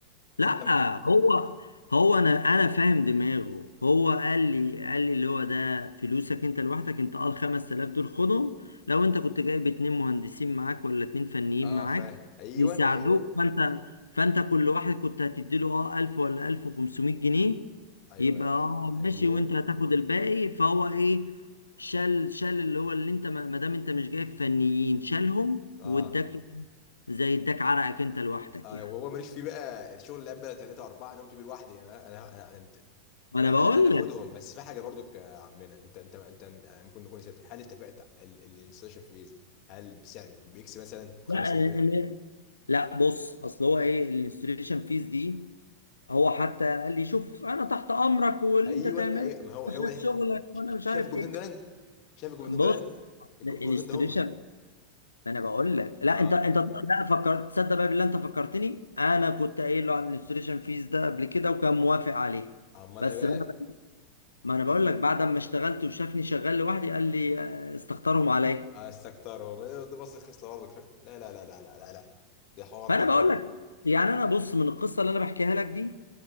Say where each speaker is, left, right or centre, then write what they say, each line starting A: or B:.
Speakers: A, on the left; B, on the left.
A: لا
B: انت ما
A: هو هو انا انا فاهم دماغه هو قال لي قال لي اللي هو ده فلوسك انت لوحدك انت اه ال 5000 دول خدهم لو انت كنت جايب اتنين مهندسين معاك ولا اتنين فنيين
B: اه
A: معاك
B: فاهم ايوه
A: يساعدوك
B: ايوه
A: فانت فانت كل واحد كنت هتديله اه 1000 ولا 1500 جنيه
B: ايوه
A: يبقى
B: ايوه
A: اه ماشي
B: ايوه
A: وانت هتاخد الباقي فهو ايه شال شال اللي هو اللي انت ما ما دام انت مش جايب فنيين شالهم
B: اه
A: واداك زي اداك عرقك انت لوحدك
B: آه
A: يعني
B: وهو ماليش فيه بقى الشغل اللي قبل ثلاثة أربعة أنا قمت بيه لوحدي يعني أنا أنا أنا
A: ما
B: أنا
A: انا بقول
B: أنا أنا أخدهم بس في حاجة برضو يا عمنا أنت أنت أنت آه، ممكن نكون نسيت هل اتفقت الانستشن فيز هل بسعر بإكس مثلا ب 5000
A: لا يعني
B: جنيه؟
A: لا بص اصل هو ايه الانستريشن فيز دي هو حتى قال لي شوف انا تحت امرك واللي
B: أيوه
A: انت تعمله
B: أيوه ما هو
A: أنا
B: هو
A: شايف
B: ده.
A: شغلك وانا مش
B: شايف
A: عارف
B: الجملتين
A: ايه
B: دول شايف الجملتين
A: بص
B: دول الج-
A: الانستريشن
B: الجملتين ده هم
A: ما انا بقول لك لا
B: أه
A: انت انت لا فكرت تصدق بقى بالله انت فكرتني انا كنت قايل له على الانستريشن فيز ده قبل كده وكان موافق عليه
B: أمال
A: بس
B: إيه بقى؟
A: بقى ما انا بقول لك بعد ما اشتغلت وشافني شغال لوحدي قال لي آه، استخسرهم عليا
B: آه، استكترهم دي بص الخصلة برضو لا لا لا لا لا لا لا ده حوار
A: ما
B: تاني
A: انا بقول
B: برضو
A: لك يعني انا بص من القصه اللي انا بحكيها لك دي